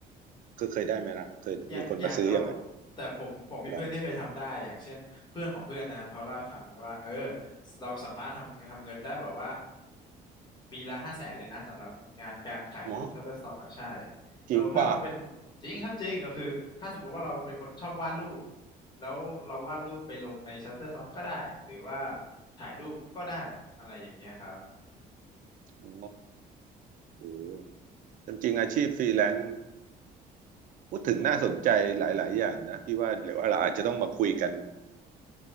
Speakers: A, on the right; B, on the left.
A: คือเคยได้ไหมล่ะเคยมีคนมาซื้อยังไง
B: ยังยังครับผมแต่ผมผมมีเพื่อนที่เคยทำได้อย่างเช่นเพื่อนของเพื่อนนะครับเขาเล่าให้ฟังว่าเออ
A: ลอง
B: เราสามารถทำทำเงินได้แบบว่าปีละห้าแสนเลยนะสำหรับงานการขายรูป
A: หมอ
B: Shutterstock อะใช่เราถ้าเราเป็น
A: จริงป่ะ
B: จริงครับจริงก็คือถ้าสมมุติว่าเราเป็นคนชอบวาดรูปแล้วเราวาดรูปไปลงใน Shutterstock ก็ได้หรือว่าถ่ายรูปก็ได้อะไรอย่างเงี้ยครับ
A: อ๋อโอ้จริงๆอาชีพฟรีแลนซ์พูดถึงน่าสนใจหลายๆอย่างนะพี่ว่าเดี๋ยวเราอาจจะต้องมาคุยกัน